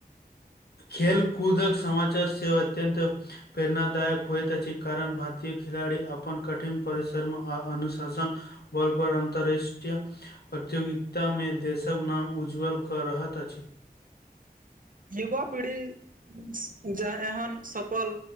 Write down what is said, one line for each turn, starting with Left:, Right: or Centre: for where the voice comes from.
Left: खेल कूदक समाचार सेहो अत्यंत प्रेरणादायक होइत अछि, कारण भारतीय खिलाड़ी अपन कठिन परिश्रम आ अनुशासन बोलपर अन्तर्रष्ट्रीय प्रतिगयोगिता में देशक नाम उज्ज्वल कऽ रहत अछि।
Right: युवा पीढ़ी उम्म जे एहन सपल